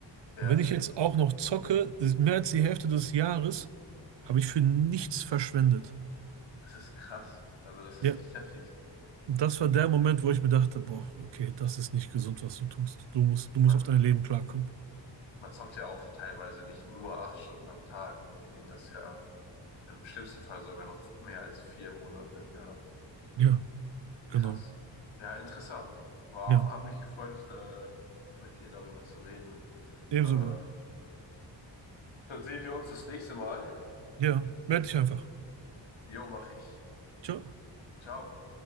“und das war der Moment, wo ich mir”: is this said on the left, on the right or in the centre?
Right